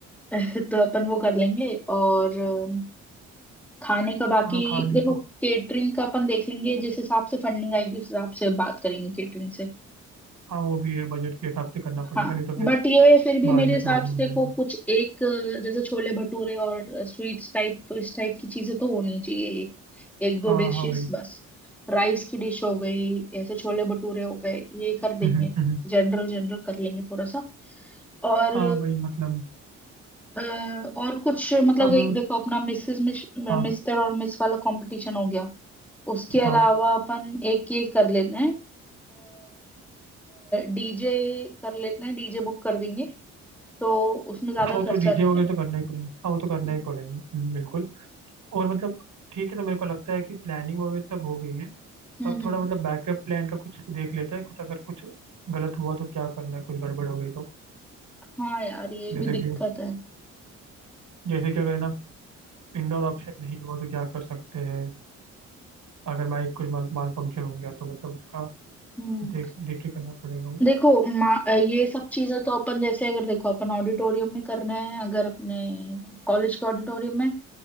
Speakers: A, in the centre; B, on the right.
A: <laughs> तो अपन वो कर लेंगे और अम, खाने का बाकी
B: तो मतलब खाने
A: देखो
B: का
A: केटरिंग का अपन देख लेंगे जिस हिसाब से फंडिंग आएगी उस हिसाब से बात करेंगे केटरिंग से।
B: हाँ वो भी है बजट के हिसाब से करना पड़ेगा
A: हाँ
B: नहीं तो फिर
A: बट ये फिर भी
B: बाद
A: मेरे
B: में
A: हिसाब
B: प्रॉब्लम
A: से
B: हो जाएगी
A: देखो कुछ एक अ, जैसे छोले भटूरे और स्वीट्स टाइप तो इस टाइप की चीजें तो होनी चाहिए एक, एक दो
B: हाँ
A: डिशेस
B: हाँ वही
A: बस राइस की डिश हो गई ऐसे छोले भटूरे हो गए ये कर देंगे
B: हम्म हम्म हम्म,
A: जनरल जनरल कर लेंगे थोड़ा सा और
B: हाँ वही मतलब
A: अ, और कुछ मतलब
B: अब
A: एक- देखो अपना मिसेस
B: हाँ
A: मिस्टर और मिस वाला कंपटीशन हो गया उसके
B: हाँ
A: अलावा अपन एक ये कर लेते हैं डीजे कर लेते हैं डीजे बुक कर देंगे तो उसमें ज्यादा
B: हाँ वो तो
A: खर्चा
B: डीजे
A: नहीं
B: वगैरह
A: आएगा
B: तो करना ही पड़ेगा हाँ वो तो करना
A: ठीक
B: ही पड़ेगा हम्म, बिल्कुल और मतलब ठीक है तो मेरे को लगता है कि प्लानिंग वगैरह सब हो गई है
A: है।
B: अब
A: हम्म हम्म
B: थोड़ा
A: हम्म
B: मतलब बैकअप प्लान का कुछ देख लेते हैं कुछ अगर कुछ गलत हुआ तो क्या करना है कुछ गड़बड़ हो गई तो
A: है। हाँ यार ये
B: जैसे
A: भी दिक्कत
B: कि
A: है
B: जैसे कि अगर है ना इंडोर ऑप्शन नहीं हुआ तो क्या कर सकते हैं अगर माइक कुछ माल, माल फंक्शन हो गया तो मतलब उसका
A: हम्म
B: देख देख के करना पड़ेगा वो
A: देखो मा- अ, ये सब चीजें तो अपन जैसे अगर देखो अपन ऑडिटोरियम में कर रहे हैं अगर अपने कॉलेज के ऑडिटोरियम में